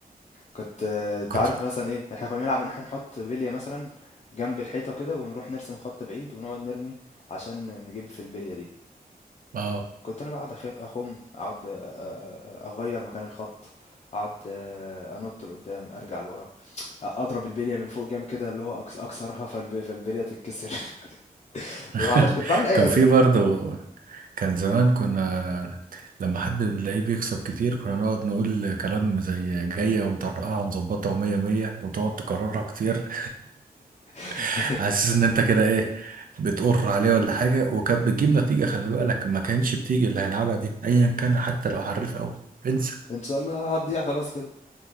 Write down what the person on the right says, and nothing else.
كنت
اه
<laughs>
كان
في برضه كان زمان كنا لما حد من اللعيب يكسب كتير كنا نقعد نقول كلام زي جاية ومطرقعة ومظبطة ومية مية وتقعد تكررها كتير
<laughs> على اساس ان انت كده ايه بتقر عليه ولا حاجة وكانت بتجيب نتيجة خلي بالك ما كانش بتيجي اللي هيلعبها دي ايا كان حتى لو حريف قوي انسى